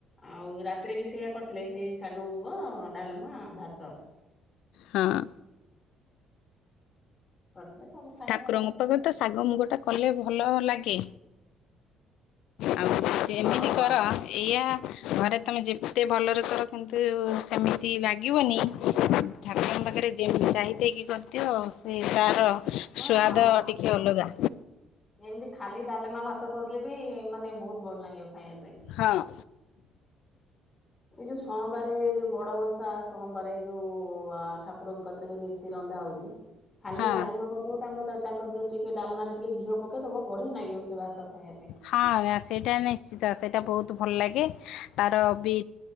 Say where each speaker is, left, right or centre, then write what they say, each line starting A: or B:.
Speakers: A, on the left; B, on the left.
A: ଆଉ ରାତିରେ ବି ସେଇୟା କରିଥିଲେ ସେଇ ଶାଗ ମୁଗ ଡାଲମା ଭାତ।
B: ହଁ।
A: କରିଥିଲେ ସବୁ ଖାଇବା
B: ଠାକୁରଙ୍କ
A: ଭଲ କରିଥିଲେ
B: ପାଖରେ
A: ଆଉ।
B: ତ ଶାଗ ମୁଗଟା କଲେ ଭଲ ଲାଗେ ଆଉ କେମିତି
A: ହଁ ହଁ
B: କର? ଇଆ ଘରେ ତମେ ଯେ- ଜେତେ ଭଲରେ କର କିନ୍ତୁ ସେମିତି ଲାଗିବନି। ଠାକୁରଙ୍କ ପାଖରେ ଯେମିତି ଜାହିତାହିକି କରିଦିଅ ସେ ତାର
A: ହଁ
B: ଶୁଆଦ
A: ହଁ ହଁ।
B: ଟି ଟିକେ ଅଲଗା।
A: ଏମିତି ଖାଲି ଡାଲେମା ଭାତ କରିଦଲେ ବି ମାନେ ବହୁତ ଭଲ ଲାଗିବ ଖାଇବା ପାଇଁ।
B: ହଁ।
A: ଏଇ ଯୋଉ ସୋମବାର ଯୋଉ ବଡ ଓଷା ସୋମବାର ଯୋଉ ଠାକୁରଙ୍କ କତିରେ ଯୋଉ ନୀତି ରନ୍ଧା ହଉଛି ଖାଲି
B: ହଁ।
A: ଡାଲମା କରିଦବ ତାଙ୍କ ତାଙ୍କ ଦେହ ଟିକେ ଡାଲମାରେ ଟିକେ ଘିଅ ପକେଇଦବ ବଢିଆ ନାଗିବ ସେ ଭାତ ଖାଇବା ପାଇଁ।
B: ହଁ ସେଇଟା ନିଶ୍ଚିତ ସେଇଟା ବହୁତ ଭଲ ଲାଗେ ତାର ବି